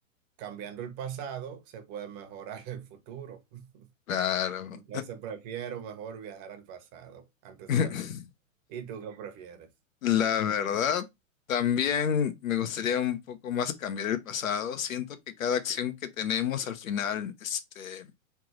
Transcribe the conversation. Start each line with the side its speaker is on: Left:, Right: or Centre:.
Right: cambiando el pasado se puede mejorar el futuro. <laughs>
Left: Claro.
Right: Entonces prefiero mejor viajar al pasado antes
Left: <laughs>
Right: que al futuro. ¿Y tú qué prefieres?
Left: La verdad, también me gustaría un poco más cambiar el pasado. Siento que cada acción que tenemos al final, este,